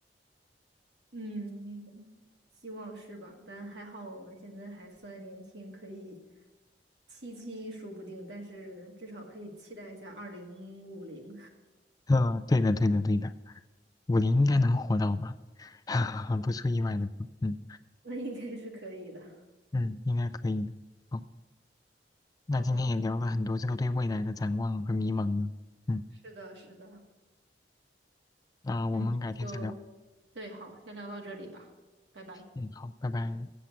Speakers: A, on the right (about 85°); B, on the left (about 20°).
A: 嗯，希望是吧？但还好我们现在还算年轻，可以七七说不定，但是至少可以期待一下二零五零，
B: 嗯，对的，对的，对的，五零应该能活到吧？<laughs> 不出意外的话，嗯
A: <laughs> 那应该是可以的。
B: 嗯，应该可以的。好，那今天也聊了很多这个对未来的展望和迷茫呢。
A: 好的，
B: 嗯，
A: 是的，是的，
B: 那我们改天再聊。
A: 我们就，对，好，先聊到这里吧，拜拜。
B: 嗯，好，拜拜。